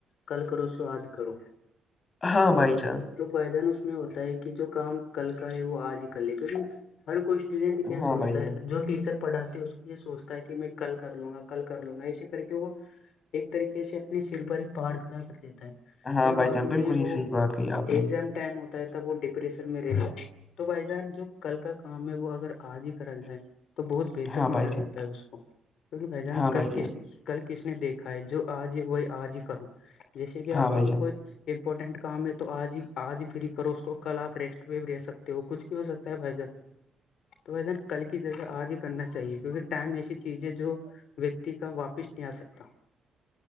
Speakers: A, on the left (about 75°); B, on the left (about 40°).
A: کل کرو سو آج کرو
B: ہاں بھائی جان
A: تو پائدان اس میں ہوتا ہے کہ جو کام کل کا ہے وہ آج ہی کر لے کیونکہ ہر کوئی اسٹوڈینٹ کیا
B: ہاں
A: سوچتا
B: بھائی جان
A: ہے جو ٹیچر پڑھاتے ہے اس کو یہ سوچتا ہے کہ میں کل کر لوں گا کل کر لوں گا اسی کر کے وہ ایک طریقے سے اپنے سر پر پہاڑ کھڑا کر دیتا ہے
B: ہاں
A: پھر
B: بھائی
A: بعد
B: جان بالکل
A: میں وہ
B: ہی صحیح بات کہی آپ نے
A: ایگزام ٹائم ہوتا ہے تب وہ ڈپریشن میں رہتا تو بھائی جان جو کل کا کام ہے وہ اگر آج ہی کرا جائے تو بہت بہتر
B: ہاں
A: مانا
B: بھائی
A: جاتا
B: جان
A: ہے اس کو کیکہ بھ جان
B: ہاں بھائی
A: کل کس کل کس نے دیکھا ہے جو آج ہی وہی آج ہی کروں جیسے کہ
B: ہاں
A: آپ
B: بھائی
A: کو بھی
B: جان
A: کوئی امپورٹنٹ کام ہے تو آج ہی آج ہی فھرری کرو اس کو کل آپ ریکسٹ وی بھی لے سکتے وہ کچھ بھی ہو سکتا ہے بھائی جان تو بھائی جان کل کی جگہ آج ہی کرنا چاہیے کیونکہ ٹائم ایسی چیز ہے جو ویکتی کا واپس نہیں آ سکتا